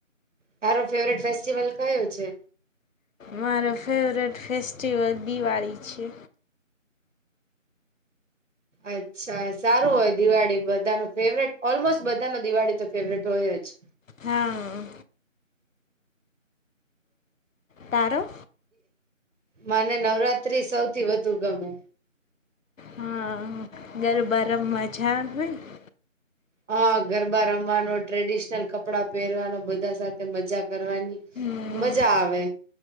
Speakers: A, on the right; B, on the left.
A: તારો ફેવરેટ ફેસ્ટિવલ કયો છે?
B: મારો ફેવરિટ ફેસ્ટિવલ દિવાળી છે.
A: અચ્છા સારું હોય દિવાળી બધા નું ફેવરેટ ઓલમોસ્ટ બધા નો દિવાળી તો ફેવરિટ હોય જ.
B: હા તારો.
A: મને નવરાત્રી સૌથી વધુ ગમે,
B: હા ગરબા રમવા જાવાનું હોય.
A: હા ગરબા રમવાનો ટ્રેડિશનલ કપડાં પેરવાનો બધા સાથે મજા કરવાની.
B: હમ
A: મજા આવે.